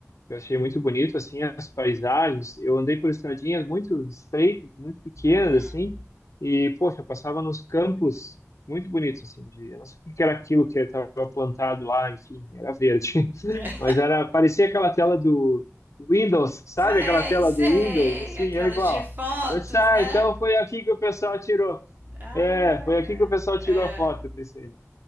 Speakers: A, on the left; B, on the right.
A: eu achei muito bonito, assim, as paisagens, eu andei por estradinhas muito estreitas, muito pequenas,
B: Hum.
A: assim, e, poxa, eu passava nos campos muito bonitos, assim, de, eu não sei o que que era aquilo que estava plantado lá, enfim, era verde, <laughs>
B: É,
A: mas era, parecia aquela tela do Windows, sabe
B: Sei,
A: aquela tela
B: sei.
A: do Windows, assim,
B: Aquelas
A: era igual.
B: de fotos,
A: Eu disse, ah,
B: né?
A: então foi aqui que o pessoal tirou.
B: Olha.
A: É, foi aqui que o pessoal tirou
B: É.
A: a foto, eu pensei.